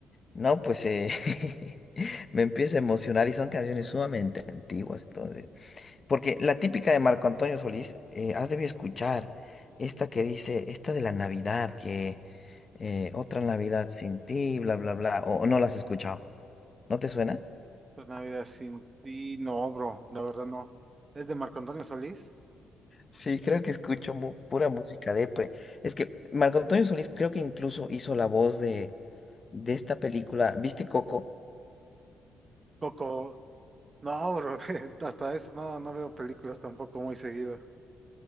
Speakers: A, on the left (about 35°); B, on the right (about 30°).
A: no, pues eh, <laughs> me empiezo a emocionar y son canciones sumamente antiguas, entonces. Porque la típica de Marco Antonio Solís, eh, has debido escuchar esta que dice, esta de la Navidad, que eh, otra Navidad sin ti, bla, bla, bla, o, o no las has escuchado. ¿No te suena?
B: Una vida sin ti, no, bro, la verdad no. ¿Es de Marco Antonio Solís?
A: Sí, creo que escucho mu- pura música depre. Es que Marco Antonio Solís creo que incluso hizo la voz de de esta película, ¿viste Coco?
B: Coco, no, bro, <laughs> hasta eso no, no veo películas tampoco muy seguido.